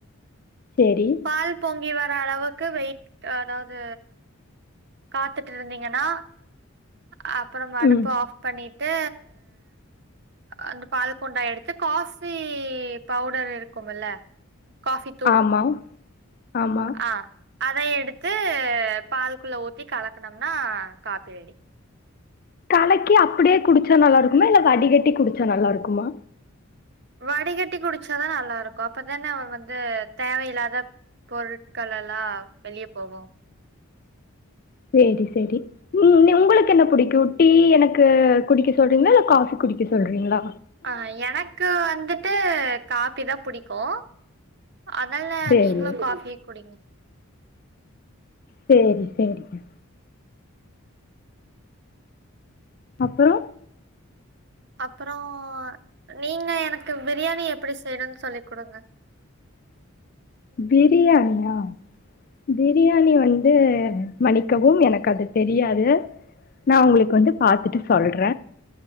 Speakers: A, on the left (about 40°); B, on the right (about 50°).
A: சேரி
B: பால் பொங்கி வர அளவுக்கு வெயிட் அதாவது காத்துட்டு இருந்தீங்கன்னா அ இப்ப நம்ம அடுப்ப
A: ம்
B: ஆஃப் பண்ணிட்டு அந்த பால் குண்டா எடுத்து காஃபி பவுடர் இருக்கும்மில்ல காஃபி தூள்
A: ஆமா ஆமா
B: அ அத எடுத்து பால்க் குள்ள ஊத்தி கலக்குனம்னா காப்பி ரெடி
A: கலக்கி அப்டியே குடிச்சா நல்லா இருக்குமா இல்ல வடிகட்டி குடிச்சா நல்லா இருக்குமா
B: வடிகட்டி குடிச்சாதா நல்லா இருக்கு அப்பதானே வந்து தேவையில்லாத பொருட்கள் எல்லா வெளியே போகு
A: சேரி சேரி ம் உங்களுக்கு என்ன புடிக்கு டீ எனக்கு குடிக்க சொல்றீங்ளா இல்ல காபி குடிக்க சொல்றீங்ளா
B: ஆ எனக்கு வந்து ட்டு காப்பி தா புடிக்கு அதனால
A: சேரி
B: நீங்களு காஃபியே குடிங்க
A: சேரி சேரிங்க அப்பறோ
B: அப்புறோ நீங்க எனக்கு பிரியாணி எப்டி செய்யணும்னு சொல்லி குடுங்க
A: பிரியாணியா பிரியாணி வந்து மன்னிக்கவும் எனக்கு அது தெரியாது நா உங்களுக்கு வந்து பாத்துட்டு சொல்ற